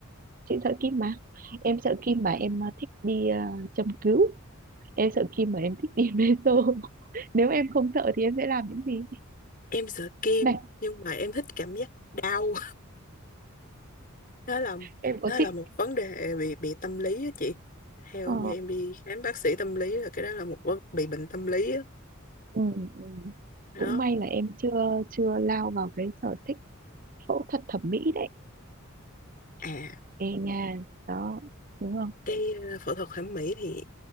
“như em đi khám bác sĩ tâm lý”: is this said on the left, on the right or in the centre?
Left